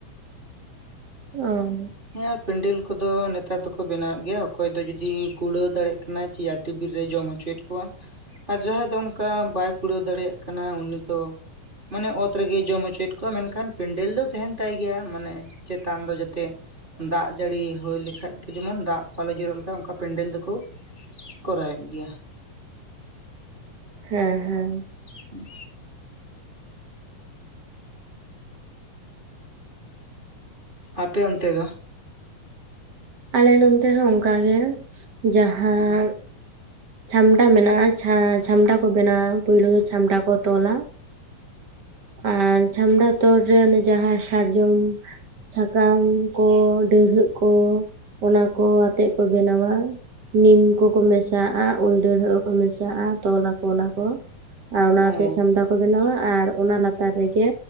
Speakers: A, on the right; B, on the right.
A: ᱚ
B: ᱦᱮᱸ ᱟᱨ ᱯᱮᱱᱰᱮᱞ ᱠᱚᱫᱚ ᱱᱮᱛᱟᱨ ᱫᱚᱠᱚ ᱵᱮᱱᱟᱣᱮᱫ ᱜᱮᱭᱟ ᱚᱠᱚᱭ ᱫᱚ ᱡᱩᱫᱤ ᱠᱩᱲᱟᱹᱣ ᱫᱟᱲᱮᱭᱟᱜ ᱠᱟᱱᱟᱭ ᱪᱮ ᱴᱤᱵᱤᱞ ᱨᱮᱭ ᱡᱚᱢ ᱦᱚᱪᱚᱭᱮᱫ ᱠᱚᱣᱟ ᱟᱨ ᱡᱟᱦᱟᱸᱭ ᱫᱚ ᱚᱱᱠᱟ ᱵᱟᱭ ᱠᱩᱲᱟᱹᱣ ᱫᱟᱲᱮᱭᱟᱜ ᱠᱟᱱᱟ ᱩᱱᱤ ᱫᱚ ᱢᱟᱱᱮ ᱚᱛ ᱨᱮᱜᱮ ᱡᱚᱢ ᱦᱚᱪᱚᱭᱮᱫ ᱠᱚᱣᱟ ᱢᱮᱱᱠᱷᱟᱱ ᱯᱮᱱᱰᱮᱞ ᱫᱚ ᱛᱟᱦᱮᱱ ᱛᱟᱭ ᱜᱮᱭᱟ ᱢᱟᱱᱮ ᱪᱮᱛᱟᱱ ᱫᱚ ᱡᱟᱛᱮ ᱫᱟᱜ ᱡᱟᱹᱲᱤ ᱦᱩᱭ ᱞᱮᱠᱷᱟᱡ ᱫᱚ ᱡᱮᱢᱚᱱ ᱫᱟᱜ ᱠᱚ ᱟᱞᱚ ᱡᱚᱨᱚᱜ ᱞᱮᱠᱷᱷᱟ ᱚᱱᱠᱟ ᱯᱮᱱᱰᱮᱞ ᱫᱚᱠᱚ ᱠᱚᱨᱟᱣᱮᱫ ᱜᱮᱭᱟ ᱾
A: ᱦᱮᱸ ᱦᱮᱸ
B: ᱦᱮᱸ <inaudible> ᱟᱯᱮ ᱚᱱᱛᱮ ᱫᱚ?
A: ᱟᱞᱮ ᱱᱚᱱᱛᱮ ᱦᱚᱸ ᱚᱱᱠᱟ ᱜᱮ ᱡᱟᱦᱟᱸ
B: ᱚ
A: ᱪᱷᱟᱢᱰᱟ ᱢᱮᱱᱟᱜᱼᱟ ᱪᱷᱟ ᱪᱷᱟᱢᱰᱟ ᱠᱚ ᱵᱮᱱᱟᱣᱟ ᱾ ᱯᱩᱭᱞᱩ ᱫᱚ ᱪᱷᱟᱢᱰᱟ ᱠᱚ ᱛᱚᱞᱟ ᱾ ᱟᱨ ᱡᱷᱟᱢᱲᱟ ᱛᱚᱲ ᱨᱮ ᱚᱱᱮ ᱡᱟᱦᱟᱸ ᱥᱟᱨᱡᱚᱢ ᱥᱟᱠᱟᱢ ᱠᱚ ᱰᱟᱹᱨᱦᱟᱹᱜ ᱠᱚ ᱚᱱᱟᱠᱚ ᱟᱛᱮᱜ ᱠᱚ ᱵᱮᱱᱟᱣᱟ ᱾ ᱱᱤᱢ ᱠᱚᱠᱚ ᱢᱮᱥᱟᱜᱼᱟ ᱾ ᱩᱞ ᱰᱟᱹᱨᱟᱹᱜ ᱠᱚ ᱢᱮᱥᱟᱜᱼᱟ ᱾ ᱛᱚᱞ ᱟᱠᱚ ᱚᱱᱟ ᱠᱚ ᱾ ᱟᱨ ᱚᱱᱟᱛᱮ
B: ᱚ
A: ᱪᱷᱟᱢᱰᱟ ᱠᱚ ᱵᱮᱱᱟᱣᱟ ᱟᱨ ᱚᱱᱟ ᱞᱟᱛᱟᱨ ᱨᱮᱜᱮ